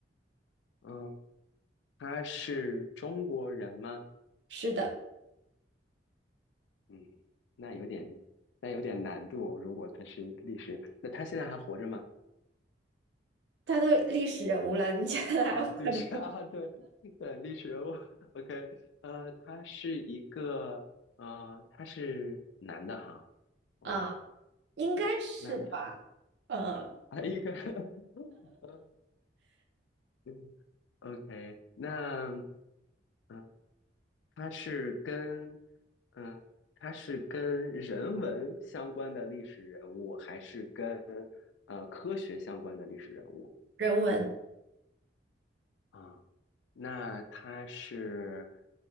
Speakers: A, on the left; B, on the right.
A: 嗯，他是中国人吗？
B: 是的，
A: 嗯，那有点那有点难度哦。如果他是历史，那他现在还活着吗？
B: 他都历史人物了，你觉得还活着吗？
A: 啊，历史 <laughs> 啊，对对，历史人物，OK，呃，他是一个，呃，他是男的哈，哦，
B: 啊，应该是吧？
A: 那他
B: 嗯，
A: 啊，一个，<laughs> 呃，嗯，OK，那嗯、呃他是跟，嗯、他是跟人文相关的历史人物，还是跟呃科学相关的历史人物？
B: 人文
A: 啊，那它是，